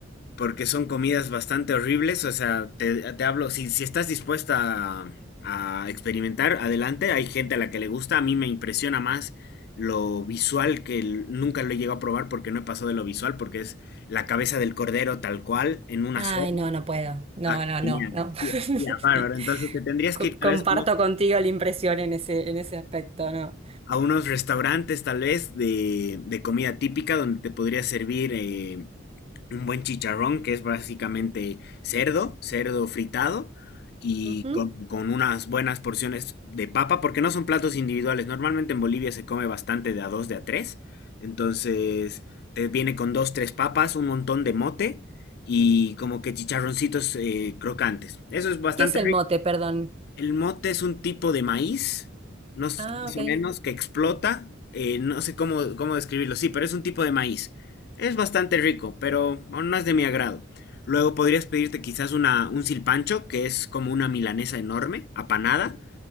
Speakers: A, on the left; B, on the right.
A: porque son comidas bastante horribles, o sea, te, te hablo, si, si estás dispuesta a, a experimentar, adelante, hay gente a la que le gusta, a mí me impresiona más lo visual, que el- nunca lo he llegado a probar porque no he pasado de lo visual, porque es la cabeza del cordero tal cual, en una
B: Ay,
A: sopa.
B: no, no puedo. No,
A: Ah,
B: no,
A: genial.
B: no, no.
A: Ya,
B: <laughs>
A: ya, bárbaro.
B: Sí.
A: Entonces te tendrías
B: Co-
A: que ir tal
B: comparto
A: vez
B: contigo la impresión en ese, en ese aspecto, ¿no?
A: a unos restaurantes tal vez de, de comida típica donde te podría servir eh, un buen chicharrón, que es básicamente cerdo, cerdo fritado y
B: Ujú.
A: con, con unas buenas porciones de papa, porque no son platos individuales. Normalmente en Bolivia se come bastante de a dos, de a tres. Entonces, te viene con dos, tres papas, un montón de mote y como que chicharroncitos eh, crocantes. Eso es bastante
B: ¿Qué es el
A: rico.
B: mote, perdón?
A: El mote es un tipo de maíz, no s-
B: Ah,
A: más
B: ok.
A: o menos, que explota. eh, no sé cómo, cómo describirlo, sí, pero es un tipo de maíz. Es bastante rico, pero bueno, no es de mi agrado. Luego podrías pedirte quizás una, un silpancho, que es como una milanesa enorme, apanada,